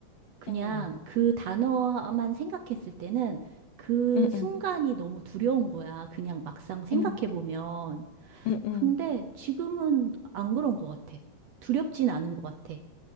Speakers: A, on the right; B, on the left.
A: 그냥
B: 응.
A: 그 단어만 생각했을 때는 그
B: 응,
A: 순간이
B: 응,
A: 너무 두려운 거야. 그냥 막상 생각해보면.
B: 응, 응, 응.
A: 근데 지금은 안 그런 것 같아. 두렵진 않은 것 같아.